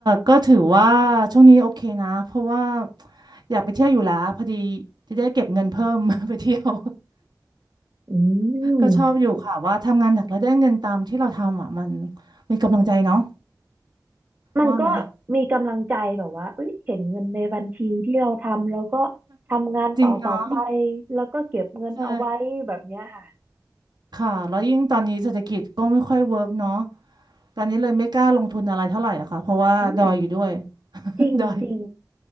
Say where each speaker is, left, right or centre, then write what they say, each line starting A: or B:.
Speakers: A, on the right; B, on the right.
A: ก็ถือว่าช่วงนี้โอเคนะเพราะว่าอยากไปเที่ยวอยู่แล้วพอดีจะได้เก็บเงินเพิ่ม <laughs> ไปเที่ยว
B: อื
A: <laughs> ก็ชอบอยู่ค่ะว่าทำงานหนักแล้วได้เงินตามที่เราทำอ่ะมัน
B: ม
A: มีกำลังใจเนาะ
B: มันก็
A: ว่าไหม
B: มีกำลังใจแบบว่าเอ้ยเห็นเงินในบัญชีที่เราทำแล้วก็ทำงานต่อต่อไป
A: จริงเนาะ
B: แล้วก็เก็บเงินเอาไว้แบบเนี้ยค่ะ
A: ใช่ค่ะแล้วยิ่งตอนนี้เศรษฐกิจก็ไม่ค่อยเวิร์กเนาะตอนนี้เลยไม่กล้าลงทุนอะไรเท่าไหร่อะค่ะเพราะว่าดอยอยู่ด้วย
B: อืม
A: <laughs>
B: จริงจริง
A: ดอย